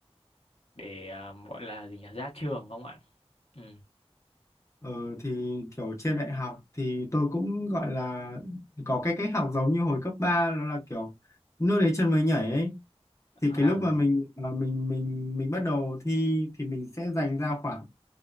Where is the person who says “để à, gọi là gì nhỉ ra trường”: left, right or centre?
Left